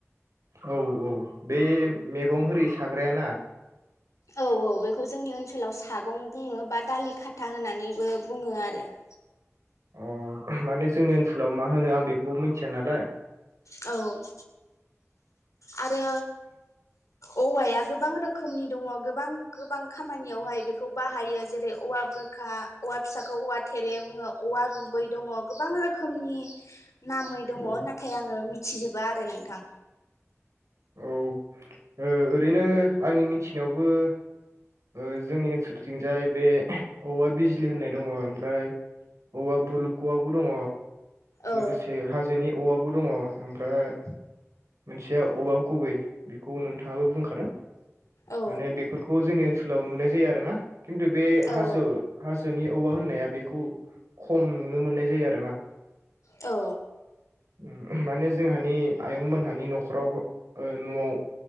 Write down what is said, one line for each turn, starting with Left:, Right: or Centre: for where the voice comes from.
Right: औ औ बे मैगं होरि साग्रायाना
Left: औ औ बेखौ जोंनि ओनसोलाव सागं बुङो बा दालि खाथा होननानैबो बुङो आरो <unintelligible>
Right: अ माने जोंनि ओनसोलाव मा होनो आं बेखौ मिनथिया नालाय
Left: औ आरो औवाया गोबां रोखोमनि दङ' गोबां -गोबां खामानियावहाय बेखौ बाहायो जेरै औवा बु बुरखा औवा फिसाखौ औवा थेरे बुङो औवा गुबै दङ' गोबां रोखोमनि नामै दङ'
Right: औ
Left: नाथाय आङो मिथिजोबा आरो नोंथां
Right: औ ओ ओरैनो आंनि मिथिनायावबो ओ जोंनि ओनसोलथिंजाय बे औवा बिजलि होननाय दङ' ओमफ्राय औवा भुलुक'वाबो दङ
Left: औ
Right: लोगोसे हाजोनि औवाबो दङ ओमफ्राय मोनसेया औवा गुबै बेखौ नोंथाङाबो बुंखादों।
Left: औ
Right: माने बेफोरखौ जोंनि ओनसोलाव नुनाय जाया आरो ना खिन्थु बे
Left: औ
Right: हाजो हाजो नि औवा होननाया बेखौ खम नुनो मोननाय जायो आरो ना।
Left: औ
Right: उम माने जोंहानि आयं मोनहानि न'खरावबो ओ न'आव